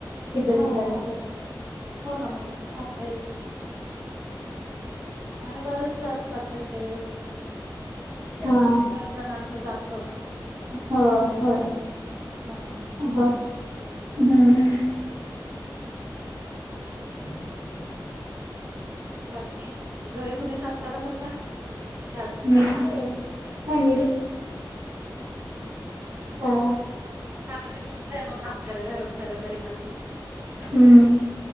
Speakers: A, on the right (about 60°); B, on the right (about 25°).
A: तिथं
B: हा
A: विचारलं
B: हा
A: तर
B: हो ना हो सांग आणि बरेच जण असतात तसे
A: <unintelligible> हा
B: जणांस जातं पण
A: होय
B: असं
A: होय
B: पण हो ना.
A: बर हम्म <inaudible>
B: बाकी घरी तुम्हीच असता का फक्त? कि अजून कोणी?
A: आहे फॅमिली हा
B: फॅमिली जमतेय मग काम करायला सगळं तरी पण
A: हम्